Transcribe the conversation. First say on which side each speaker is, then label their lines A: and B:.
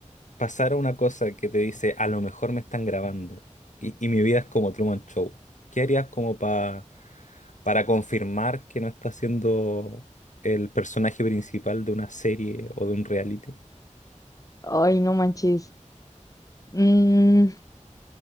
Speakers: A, on the left; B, on the left.
A: pasara una cosa que te dice, a lo mejor me están grabando y, y mi vida es como Truman Show, ¿qué harías como pa- para confirmar que no estás siendo el personaje principal de una serie o de un reality?
B: Ay, no manches. Mm,